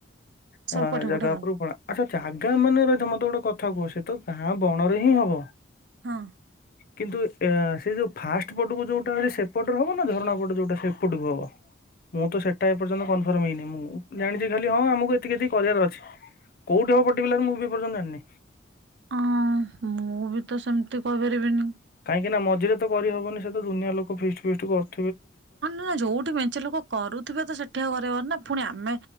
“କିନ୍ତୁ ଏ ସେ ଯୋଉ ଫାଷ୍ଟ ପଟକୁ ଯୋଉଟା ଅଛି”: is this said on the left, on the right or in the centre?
Left